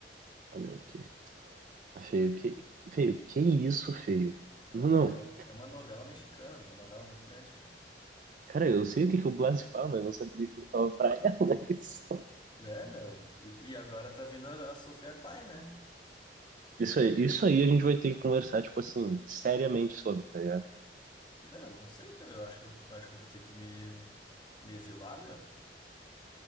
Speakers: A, on the right; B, on the left.
A: Ah, meu, o quê? Feio, que, feio, que isso, feio?
B: Então,
A: Não,
B: Fê,
A: não.
B: é é uma novela mexicana, meu, uma novela muito grande, cara.
A: Cara, eu sei o que que o Blas fala, mas não sabia o que ele falava pra ela. <laughs> Isso.
B: É, meu. E, e agora tá vindo a, a Sofia Klein, né?
A: Isso aí, isso aí a gente vai ter que conversar, tipo assim, seriamente sobre, tá ligado?
B: Meu, não sei, cara. Eu acho que eu, eu acho que eu vou ter que me, me exilar, meu.